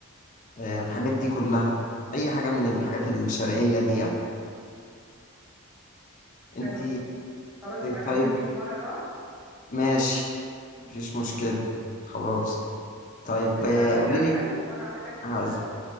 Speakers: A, on the left; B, in the centre.
A: آه الحاجات دي كلها اي حاجه من الحاجات الشرقيه دي يعني انت
B: حلوه جدا خلاص يبقى
A: طيب
B: تعزمني في مره بقى
A: ماشي مفيش مشكله خلاص طيب
B: انت
A: آه،
B: تعزمني
A: قولي
B: على
A: لي
B: الحلو وانا اعمل لك ال...
A: عايز-